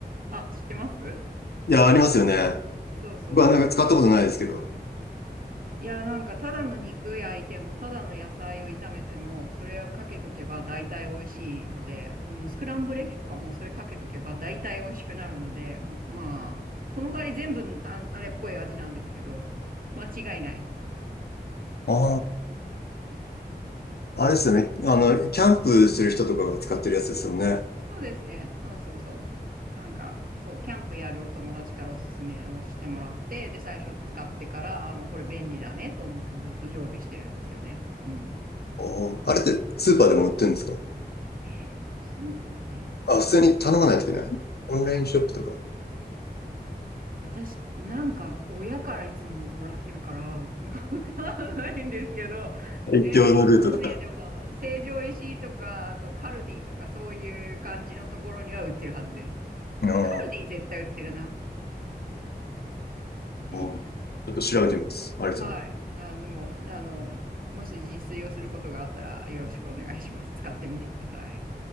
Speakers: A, on the right (about 55°); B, on the left (about 70°).
A: あ、知ってます
B: いや、ありますよね。
A: そうそうそう。
B: 僕はなんか使ったことないですけど。
A: いや、なんか、ただの肉焼いても、ただの野菜を炒めても、それをかけとけば大体美味しいので、もうスクランブルエッグとかもそれかけとけば大体美味しくなるので、もう、まあ、その代わり全部あ、あれっぽい味なんですけど、間違いない。
B: ああ、あれですよね。あの、キャンプしてる人とかが使ってるやつですよね。
A: そうですね。そうそうそう。なんか、そう、キャンプやるお友達からおすすめをしてもらって、で、最初使ってから、あ、もうこれ便利だねと思ってずっと常備してるんですよね。うん。
B: おーあれってスーパーでも売ってるんですか
A: え、スーパーで売って
B: あ、普通に頼まないといけない。オンラインショップとか。
A: 私、なんか、親からいつももらってるから、<laughs> わかんないんですけど、
B: 一応のルートだ。
A: えー、多分ね、でも、成城石井とか、あとカルディとか、そういう感じのところには売ってるはずです。
B: あー
A: あ、カルディ絶対売ってるな。うん。
B: おーちょっと調べてみます。ありがとうございます。
A: はい。あ、でも、あの、もし自炊をすることがあったら、よろしくお願いします。使ってみてください。